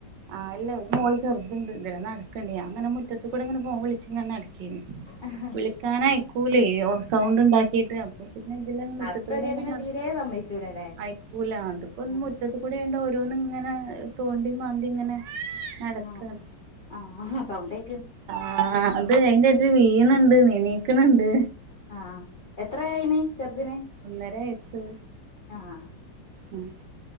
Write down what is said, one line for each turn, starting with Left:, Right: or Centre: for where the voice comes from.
Right: ആഹ് ഇല്ല ഒരു മോള് ചെറുതുണ്ട് ഇതിലെ നടക്കണ്ട് ഞാൻ അങ്ങനെ മുറ്റത്ത് കൂടെ ഇങ്ങനെ ഫോൺ വിളിച്ചിങ്ങെനെ നടക്കയാണ്
Left: <unintelligible>
Right: <unintelligible> സൗണ്ട്
Left: ഏഹ്
Right: ഉണ്ടാക്കീട്ട് അപ്പൊ പിന്നെ ഇതിലെ മുറ്റത്ത്
Left: അതെറിയ
Right: കൂടെ ഇങ്ങനെ
Left: പിന്നെ
Right: നടക്ക
Left: <unintelligible>
Right: അയക്കൂല അതിപ്പോ
Left: ആഹ്
Right: മുറ്റത്ത് കൂടെ ഓരോന്നും ഇങ്ങനെ തോണ്ടി മാന്തി ഇങ്ങനെ നടക്കാണ്
Left: ആഹ് ആഹ് സൗണ്ടേ
Right: ആഹ് അത് അയിന്റെ <unintelligible> എണീക്കണ് ണ്ട്.
Left: ആഹ് എത്രായിന് ചെറുതിന്?
Right: ഒന്നര വയസ്സ്
Left: ആഹ്
Right: ഉം